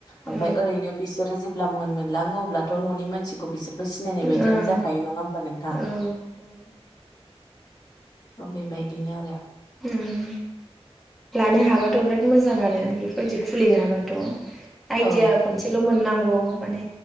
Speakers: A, on the left (about 40°); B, in the centre.
A: ओमफाय
B: औ
A: ओरैनो बिसोरो जेब्ला मोनलाङो अब्लाथ' न'नि मानसिखौ बिसोर सिनाय
B: ओं
A: बायदियानो जाखायो नङा होमबा नोंथां?
B: औ <inaudible>
A: थ बेबायदिनो आरो
B: उम लानो हाबाथ' बिराद मोजां आरो बेफोरबायदि खुलिनो हाबाथ'। आइडिया
A: औ
B: खनसेल' मोननांगौ माने